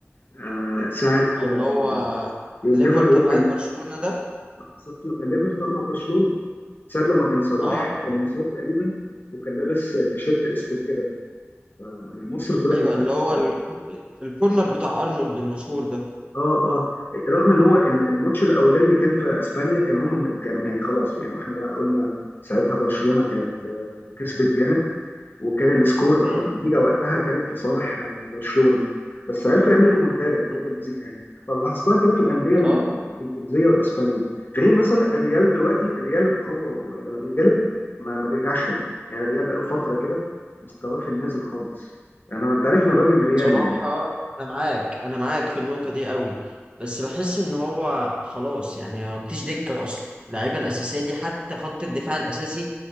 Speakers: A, on the left; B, on the right.
A: آه ساعه
B: اللي
A: آه،
B: هو
A: يو
B: ليفر
A: نيفر
B: طلعت
A: ووك
B: برشلونه ده
A: ساعه لما ليفر طلع برشلونه ساعه لما كان صلاح
B: اه
A: كان مصاب تقريبا وكان لابس تيشيرت اسود كده آه، مصر كلها اللي
B: ايوه
A: بتحط
B: اللي هو الك- الكورنر بتاع ارنولد المشهور ده
A: اه اه رغم ان هو ال- الماتش الاولاني اللي كان في اسبانيا كان هم كانوا يعني خلاص يعني احنا بقى قلنا ساعتها برشلونه كانت آه، كسبت جامد وكان السكور
B: م-
A: او النتيجه وقتها كانت لصالح آه، برشلونه بس عرفوا يعملوا ريمونتادا في ولاد
B: م-
A: اللذين يعني فلاحظتها كده في الانديه ال-
B: اه
A: الانجليزيه والاسبانيه في حين مثلا الريال دلوقتي الريال هو لما بيغلب ما, ما بيرجعش تاني يعني الريال بقى له فتره كده مستواه في النازل خالص يعني انا انت عارف ان الراجل ريالي
B: بصراحة
A: يعني
B: أنا معاك أنا معاك في النقطة دي قوي بس بحس إن هو خلاص يعني ما مفيش دكة أصلا اللعيبة الأساسية دي حتى خط الدفاع الأساسي